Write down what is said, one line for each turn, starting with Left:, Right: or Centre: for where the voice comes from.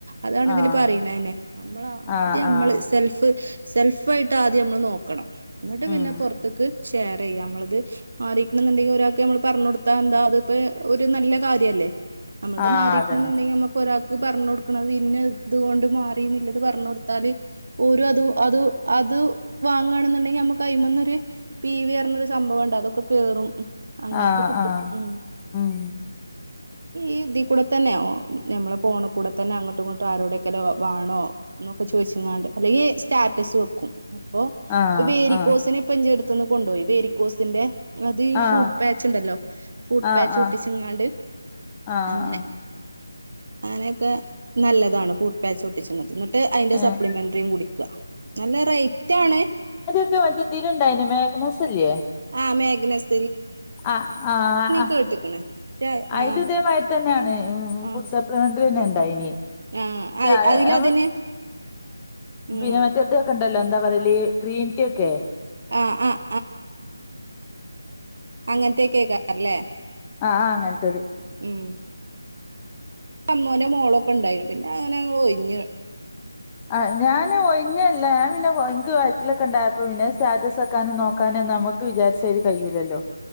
Right: അതാണ്തില്
Left: ആഹ്
Right: പറയണന്നെ
Left: അതെ
Right: നമ്മൾ
Left: ആഹ്
Right: ആദ്യം നമ്മള്
Left: ആഹ്
Right: സെൽഫ്- സെൽഫ് ആയിട്ട് ആദ്യം നമ്മൾ നോക്കണം എന്നിട്ട് പിന്നെ
Left: ഉം
Right: പുറത്തേക്ക് ഷെയർ ചെയ്യാ നമ്മളത്- മാറീക്കണുണ്ടെങ്കിൽ ഒരാൾക് നമ്മള് പറഞ്ഞു കൊടുത്താ എന്താ അത് ഇപ്പോ ഒരു നല്ല കാര്യം അല്ലേ? നമ്മളത്
Left: ആഹ്
Right: മാറീക്കണ്ന്നുണ്ടെങ്കി
Left: അതന്നെ
Right: നമക്ക് ഒരാൾക്ക് പറഞ്ഞ കൊടുക്കണത് ഇന്ന ഇതുകൊണ്ട്- മാറീന്നില്ലത് പറഞ്ഞടുത്താല്- ഓലൊ അതു അത് അത് വാങ്ങണെന്നുണ്ടെങ്കിൽ നമുക്ക് അയി്മന്നൊര്- പി വി പറിഞ്ഞൊരു സംഭവംണ്ട് അതൊക്കെ കേറും അങ്ങനെയൊക്കെ
Left: ആഹ്
Right: കിട്ടും
Left: ആഹ്
Right: ഉ
Left: ഉം
Right: ഈതി കൂടെ തന്നെ ഞമ്മള ഫോണ് കൂടെ തന്നെ അങ്ങട്ടുംങട്ടും ആരോടെ- ല വാണോ എന്നൊക്കെ ചോദിച്ങ്ങാണ്ട് അല്ലെങ്കിൽ സ്റ്റാറ്റസ് വെക്കും അപ്പൊ
Left: ആഹ്
Right: ഇപ്പൊ വേരിക്കോസിന്
Left: ആഹ്
Right: ഇപ്പന്റെടുത്ത്ന്ന് കൊണ്ടൊയി വേരിക്കോസിന്റെ- അത് ഈ
Left: ആഹ്
Right: ഫൂഡ് പാച്ച് ഉണ്ടല്ലോ? ഫൂട്ട്
Left: ആഹ്
Right: പാച്ച്
Left: ആഹ്
Right: ഒട്ടിച്ചുങ്ങാണ്ട്
Left: ആഹ്
Right: അങ്ങനെ.
Left: ആഹ്
Right: അങ്ങനെയൊക്കെ നല്ലതാണ് ഫു ട്ട് പാച്ചൊട്ടിച്ചണത് എന്നിട്ട് അതിന്റെ
Left: ഏഹ്
Right: സപ്ലിമെന്ററിയും കുടിക്ക നല്ല റേറ്റ് ആണ്.
Left: ഒക്കലുണ്ടായിന് മേഘനസ്ല്ലേ?
Right: ആഹ് മെഗ്നസ്.
Left: ആഹ് ആഹ്
Right: കേട്ടിക്കണ് പക്ഷെ
Left: അയിലും
Right: ആഹ്
Left: ദേ മാരി തന്നെയാണ്
Right: ആഹ്
Left: ഫുഡ്‌ സപ്പ്- അക്ണ്ട തന്നെ ഉണ്ടയ്നി
Right: ആഹ്
Left: ആഹ്
Right: അതിലതിന് ഉം
Left: പിന്നെ മറ്റേ- ഒക്കെ ഉണ്ടല്ലോ എന്താ പറയ ഗ്രീൻ ടീ ഒക്കെ.
Right: ആഹ് ആഹ് അങ്ങനത്തക്കേക്കാരല്ലേ?
Left: ആഹ് ആഹ് അങ്ങൻത്തത്.
Right: ഉം ഉം അമ്മോന്റെ മോളൊക്കെ ഉണ്ടായിനു പിന്നെ അങ്ങനെ ഒയ്ഞ്ഞഞ്.
Left: ആഹ് ഞാന് ഒഴിഞ്ഞ അല്ല ഞാൻ പിന്നെ വയറ്റിലൊക്കെ ഉണ്ടായപ്പോ പിന്നെ സ്റ്റാറ്റസ് വെക്കാനും നോക്കാനും നമ്മുക്ക് വിചാരിചാരി കഴിയൂലല്ലോ?